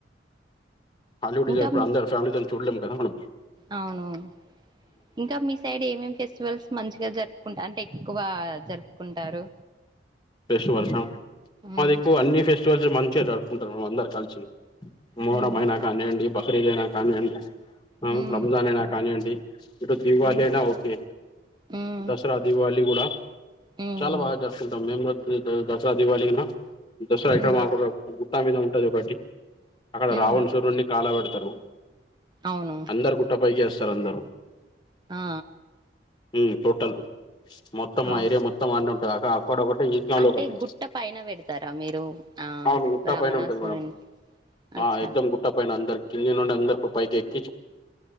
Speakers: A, on the left (about 25°); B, on the right (about 25°).
A: హాలీవుడ్
B: ఇంకా
A: ఇ ఇప్పుడు
B: మీ
A: అందర్ ఫ్యామిలీతోని చూడలేం కద మనం.
B: అవునవును ఇంకా మీ. సైడ్ ఏమేం ఫెస్టివల్స్ మంచిగా జరుపుకుంట అంటే ఎక్కువ జరుపుకుంటారు.
A: సువాల్స
B: హ్మ్
A: మాది ఎక్కువ అన్ని ఫెస్టివల్స్ మంచిగా జరుపుకుంటారు మ అందరు కలిసి. మొహరమ
B: హ్మ్ హు
A: అయినా కానీయండి బకిరీదైనా కానీయండి.
B: హ్మ్
A: రంజాన్ అయినా కానీయండి ఇటు దీవాళి
B: హ్మ్
A: అయినా ఓకే.
B: హ్మ్
A: దసరా దీవళి కూడా
B: హ్మ్
A: చాలా బాగా జరుసుకుంటాం మేము కూడ దసరా దివాళి నా దసరా ఇక్కడ
B: హ్మ్
A: మాకు ఒక గుట్టా మీద ఉంటది ఒకటి అక్కడ
B: హ్మ్
A: రావణ్ సూరున్నీ కాలాబెడతారు
B: అవును
A: అందరు గుట్టపైకి వేస్తారు అందరు.
B: ఆ
A: ఉ టోటల్ మొత్తం మా
B: అవును
A: ఏరియా మొత్ త్తం అన్ని ఉంటాయి అకడ అక్కడ ఒకటి
B: అంటే
A: లో ఒకటి
B: గుట్ట పైన పెడతారా మీరు ఆ
A: అవును గుట్ట
B: రామణాసురుని.
A: పైన ఉంటది మేడం
B: అచ్చా
A: ఆ ఎక్దమ్ గుట్ట పైన అందరు కింది నుండి అందరు పైకి ఎక్.